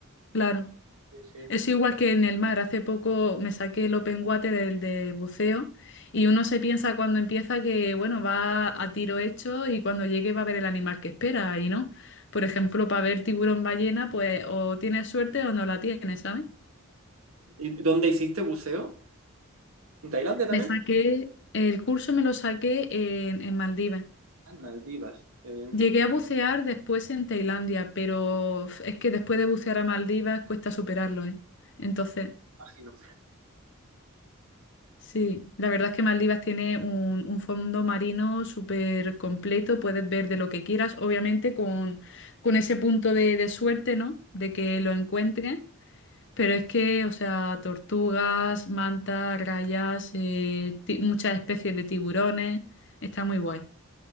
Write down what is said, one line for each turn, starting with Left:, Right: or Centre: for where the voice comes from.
Left: Claro.
Right: Sí, sí.
Left: Es igual que en el mar. Hace poco me saqué el open water, el de buceo, y uno se piensa cuando empieza que, bueno, va a tiro hecho y cuando llegue va a ver el animal que espera, y no. Por ejemplo, para ver tiburón ballena, pues o tienes suerte o no la tienes, ¿sabes?
Right: ¿Y dónde hiciste buceo? ¿En Tailandia también?
Left: Me saqué, el curso me lo saqué en, en Maldivas.
Right: Ah, en Maldivas, qué bien,
Left: Llegué a bucear después en Tailandia, pero uf, es que después de bucear a Maldivas cuesta superarlo, ¿eh? Entonces...
Right: imagino.
Left: Sí, la verdad es que Maldivas tiene un, un fondo marino súper completo, puedes ver de lo que quieras, obviamente con, con ese punto de, de suerte, ¿no? De que lo encuentres, pero es que, o sea, tortugas, mantas, rayas, eh, ti- muchas especies de tiburones, está muy guay.